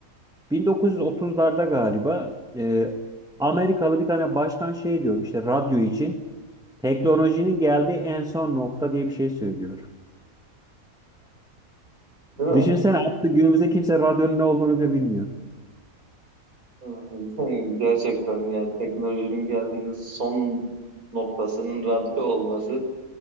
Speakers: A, in the centre; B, on the right.
A: 1930'larda galiba e, Amerikalı bir tane başkan şey diyor işte radyo için teknolojinin geldiği en son nokta diye bir şey söylüyor.
B: Değil mi?
A: Düşünsene artık günümüzde kimse radyonun ne olduğunu bile bilmiyor.
B: Hı, <laughs> Gerçekten yani teknolojinin geldiğiniz son noktasının radyo olması